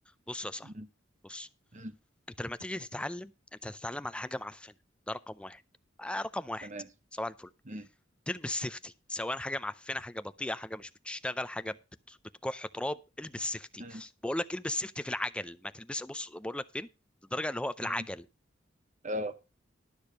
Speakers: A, in the centre; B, on the right.
A: بص يا صاحبي
B: مم.
A: بص
B: مم.
A: انت لما تيجي تتعلم انت هتتعلم على حاجه معفنه ده رقم واحد آه رقم واحد
B: تمام
A: صباح الفل
B: مم.
A: تلبس سيفتي سواء حاجه معفنه حاجه بطيئه حاجه مش بتشتغل حاجه بت... بتكح تراب البس سيفتي
B: مم.
A: بقول لك البس سيفتي في العجل ما تلبس بص بقول لك فين الدرجه اللي هو في العجل
B: مم. اه